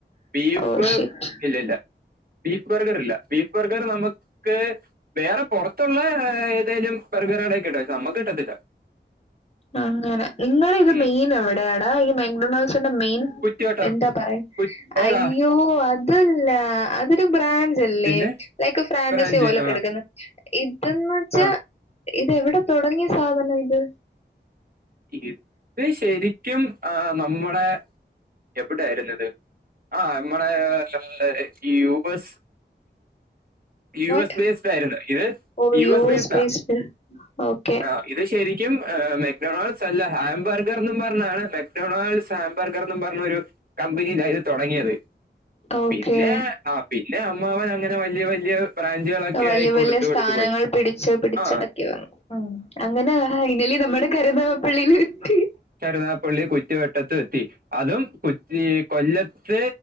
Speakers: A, on the right (about 50°); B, on the left (about 35°).
A: ബീഫ്
B: ഓ ഷിറ്റ്.
A: ഇല്ലല്ല. ബീഫ് ബർഗർ ഇല്ല ബീഫ് ബർഗർ നമുക്ക് വേറെ പുറത്തുള്ള എഹ്ഹ ഏതെലും ബെർഗർകടയി കിട്ടും പക്ഷേ നമ്മക്ക് കിട്ടത്തില്ല
B: അങ്ങനെ നിങ്ങളിത്
A: ഉം
B: മെയിൻ എവിടെയാടാ ഈ <unintelligible> <unintelligible> മെയിൻ
A: കുറ്റിയോട്ടം
B: എന്താ പറ
A: കു
B: അയ്യോ
A: ഏതാ
B: അതല്ല അതരു ബ്രാഞ്ച് അല്ലേ?
A: പിന്നെ
B: ലൈക്ക് ഫ്രാഞ്ചൈസി
A: ബ്രാഞ്ച്
B: പോലെ
A: ആഹ്
B: കെടക്കുന്ന ഇതന്ന് വെച്ചാ
A: ആഹ്
B: ഇതെവിടെ തുടങ്ങിയ സാധനം ഇത്
A: ഇപ്പൊ ശരിക്കും ആ നമ്മ നമ്മടെ എവിടെയിരുന്നത് ആ നമ്മടെ <unintelligible> ഈ Ubers you
B: what?
A: S based ആയിരുന്നു ഇത്
B: ഓ
A: യുഎസ് ബേസ്ഡ
B: ബേസ്ഡ്. ഓക്കെ.
A: ആ ഇത് ശരി ും മെക്ഡൊണാൾഡ്സ് ല്ല ഹാാംബർഗർ എന്നന്ന് പറഞാന് മെത്തഹാംബർഗർ എന്ന് പറഞ്ഞൊരു കമ്പനി കൈ <unintelligible> തുടങ്ങിയത്
B: ഓക്കെ.
A: പിന്നെ ആ പിന്നെ അമ്മാവൻ അങ്ങനെ വലിയ വലിയ ബ്രാഞ്ചുകളൊക്കെ
B: വല്യ
A: ആയി കൊടുത്തു
B: വല്യ സ്ഥാനങ്ങൾ
A: കൊടുത്തു പോയി
B: പിടിച്ച പിടിച്ചടക്കി
A: ആ
B: വന്നു. ഉം അങ്ങനെ <unintelligible> നമ്മുടെ കരുനാഗപ്പള്ളിയിലെത്തി.
A: കരുനാഗപള്ളി കുറ്റി വട്ടത്ത് <inaudible> അതും കൊച്ചി കൊല്ലത്ത്